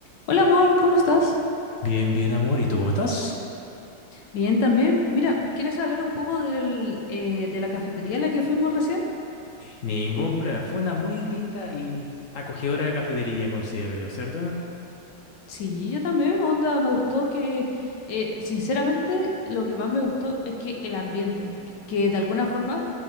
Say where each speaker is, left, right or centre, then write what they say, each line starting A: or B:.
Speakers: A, on the left (about 75°); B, on the left (about 60°).
A: Hola amor, ¿cómo estás?
B: Bien, bien, amor. ¿Y tú cómo estás?
A: Bien, también. Mira, ¿quieres hablar un poco del, eh, de la cafetería a la que fuimos recién?
B: Ningún problema. Fue una muy linda y acogedora cafetería, considero yo, ¿cierto?
A: Sí, yo también, onda, me gustó que, eh, sinceramente, lo que más me gustó es que el ambiente, que de alguna forma,